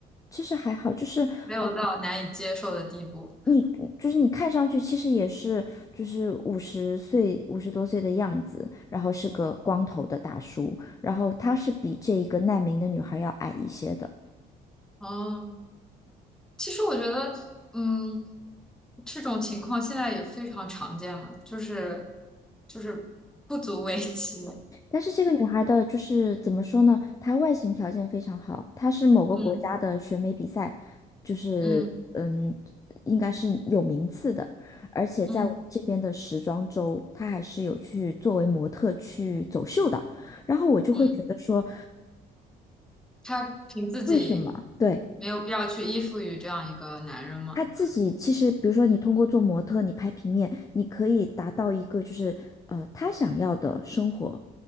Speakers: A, on the left; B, in the centre.
A: 其实还好，就是呃，
B: 没有到难以接受的地步。
A: 你就是你看上去其实也是就是五十岁五十多岁的样子，然后是个光头的大叔，然后他是比这一个难民的女孩要矮一些的。
B: 哦。其实我觉得，嗯，这种情况现在也非常常见嘛，就是就是不足为奇。
A: 但是这个女孩的就是怎么说呢？她外形条件非常好，她是某个国家的选美比赛，
B: 嗯
A: 就是嗯，
B: 嗯
A: 应该是有名次的，而且在我们这边的时装周，
B: 嗯
A: 她还是有去作为模特去走秀的。然后我就会觉得说，
B: 嗯，嗯他凭自己没有必要去依附于这样一个男人嘛。
A: 为什么？对。他自己其实，比如说你通过做模特，你拍平面，你可以达到一个就是呃他想要的生活，